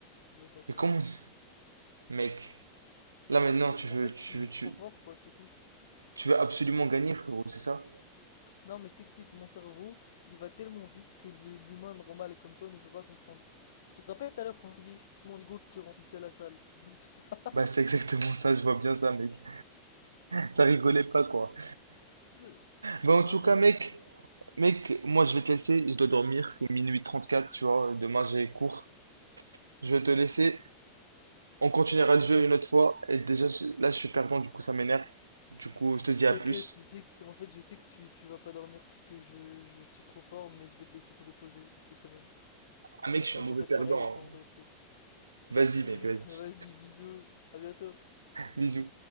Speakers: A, on the left; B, on the right.
A: Bah, je la connais.
B: Mais comment? Mec, là maintenant,
A: Tu-
B: tu veux,
A: En fait,
B: tu
A: je suis juste
B: veux, tu,
A: trop fort, quoi, c'est tout.
B: tu veux absolument gagner, frérot, c'est ça?
A: Non, mais je t'explique. Mon cerveau, il va tellement vite que le- l'humain normal comme toi ne peut pas comprendre. Tu te rappelles tout à l'heure quand t'as dit que c'était mon ego qui remplissait la salle? <laughs> Bah, c'est ça.
B: Bah, c'est exactement ça, je vois bien ça, mec. Ça rigolait pas, quoi.
A: <laughs>
B: Bah, en
A: Non,
B: tout
A: non,
B: cas, mec,
A: moi-
B: mec, moi, je vais te laisser, je dois dormir, c'est minuit 34, tu vois, demain, j'ai cours. Je vais te laisser, on continuera
A: Vas-y.
B: le jeu une autre fois, et déjà, je- là, je suis perdant, du coup, ça m'énerve. Du coup, je te dis à
A: T'inquiète,
B: plus.
A: tu sais que en fait je sais que tu, tu vas pas dormir parce que je, je suis trop fort, mais je vais te laisser te reposer quand même.
B: Ah, mec,
A: Après
B: je suis un
A: une
B: mauvais
A: défaite
B: perdant.
A: pareille, il y a besoin
B: hein.
A: de repos.
B: Vas-y, mec,
A: <laughs>
B: vas-y.
A: Vas-y, bisous, à bientôt.
B: Bisous.